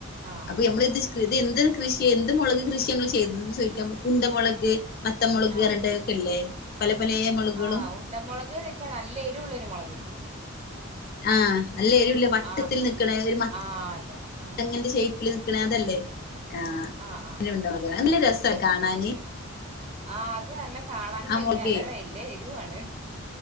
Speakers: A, on the right; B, on the left.
A: ആഹ്
B: അപ്പൊ ഞമ്മള്
A: ആഹ്
B: ഇത് ഇത് എന്ത് കൃഷി എന്ത് മുളക് കൃഷി ചെയ്തന്ന് ചോദിക്കാം ഉണ്ടമളക് മത്തമുളക്
A: ആഹ്
B: പറഞ്ഞട്ട്. ല്ലേ പല പല മുളകുകളും
A: ആഹ് ഉണ്ടമുളക്ന്ന് വെച്ചാ നല്ല എരു ഉള്ളരു മുളക്ല്ലേ.
B: ആഹ നല്ല എരു ഉള്ള വട്ടത്തിൽ
A: ആഹ് നല്ല
B: നിക്കണ ഒരു മങ്ങന്റെ
A: ആഹ് അതെ ആഹ്
B: ശ. നണ അതല്ലേ ആ
A: ആഹ് ആഹ്
B: ഉണ്ട മുളക് നല്ല രസ കാണാന്
A: ആഹ അത് നല്ല കാണാനും
B: ആ
A: ഭംഗിയ
B: മുളകേ
A: നല്ല എരുവാണ്